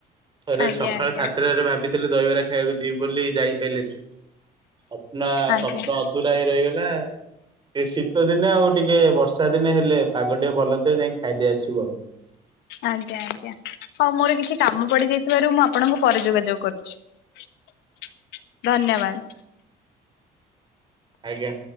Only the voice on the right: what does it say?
ଥରେ
ସକାଳ
ସାତଟାରେ ଭାବିଥିଲେ ଦହିବରା ଖାଇବାକୁ ଯିବି ବୋଲି ଯାଇପାଇଲିନି। ସ୍ୱପ୍ନ
ସ୍ୱପ୍ନ ଅଧୁରା ହେଇ ରହିଗଲା। ଏ ଶୀତ ଦିନେ ଆଉ ଟିକେ ବର୍ଷା ଦିନେ ହେଲେ ପାଗ ଟିକେ ଭଲ ଥିବ ଯାଇକି ଖାଇଦେଇ ଆସିବୁ ଆଉ।
ଆଜ୍ଞା।